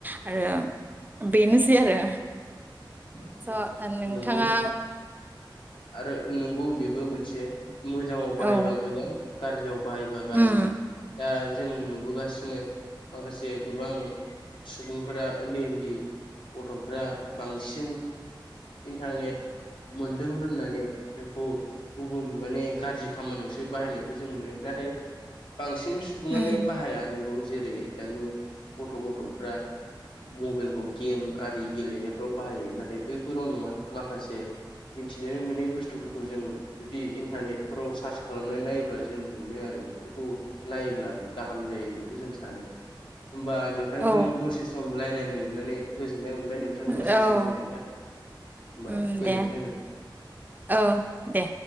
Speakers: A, on the right (about 20°); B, on the left (about 80°).
A: आरो बेनोसै आरो
B: औ
A: स नोंथाङा
B: नंगौ आरो नंगौ बेबो मोनसे मोजाङाव बाहायबा
A: औ
B: मोजां गाज्रिआव। बायोबा गाज्रि
A: उम
B: दाज जों नुबोगासिनो माखासे गोबां सुबुंफोरा उन्दै उन्दै गथ'फ्रा बांसिन इन्टारनेट मोन दों होननानै बेखौ गुबुन माने गाज्रि खामानियावसो बाहायनायखौ जों नुयो नाथाय बांसिन सुबुङानो
A: उम
B: बाहाया नंगौ जेरै दानि गथ गथ' गथ'फ्रा मबाइलखौ गेम आरि गेलेनायफ्राव बाहायो नाथाय बैफोराव नङा माखासे मिथिनो मोनै बुस्थुफोरखौ जों जुदि इन्टारनेटफोराव सार्च खालामनानै नायोब्ला जों मोनो आरो बेफोरखौ नायोब्ला गाहाम जायो बेखौ जों सानो। होमबा नोंथांजों
A: औ
B: दसे सम रायज्लायनो मोननानै गोजोननाय मोनबाय नोंथां दसे
A: औ
B: सम होनायनि थाखाय होमबा
A: उम
B: गोजोन
A: दे औ दे।